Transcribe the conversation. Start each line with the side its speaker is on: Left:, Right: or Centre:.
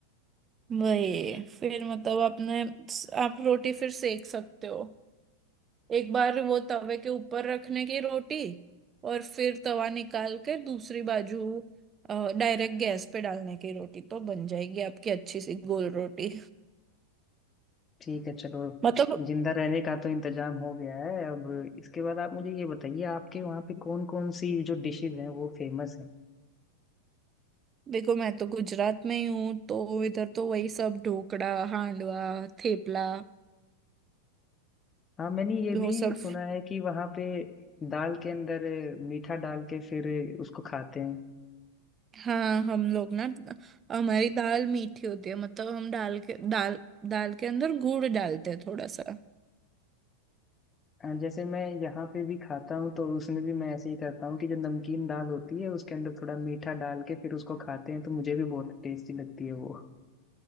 Right: वही फिर मतलब आपने आप रोटी फिर सेक सकते हो एक बार वो तवे के ऊपर रखने की रोटी और फिर तवा निकाल के दूसरी बाजू डायरेक्ट गैस पे डालने की रोटी तो बन जाएगी आपकी अच्छी सी गोल रोटी
Left: ठीक है चलो
Right: मतलब
Left: जिंदा रहने का तो इंतजाम हो गया है अब इसके बाद आप मुझे ये बताइए आपके वहाँ पे कौन कौन सी जो डिशेज हैं वो फेमस हैं
Right: देखो मैं तो गुजरात में ही हूँ तो इधर तो वही सब ढोकड़ा हांडवा थेपला
Left: हाँ मैंने ये भी
Right: वो सब
Left: सुना है कि वहाँ पे दाल के अंदर मीठा डाल के फिर उसको खाते हैं
Right: हाँ हम लोग ना हमारी दाल मीठी होती है मतलब हम डाल के दाल दाल के अंदर गुड़ डालते हैं थोड़ा सा
Left: अ, जैसे मैं यहाँ पे भी खाता हूँ तो उसमें भी मैं ऐसे ही करता हूँ कि जो नमकीन दाल होती है उसके अंदर थोड़ा मीठा डाल के फिर उसको खाते हैं तो मुझे भी बहुत टेस्टी लगती है वो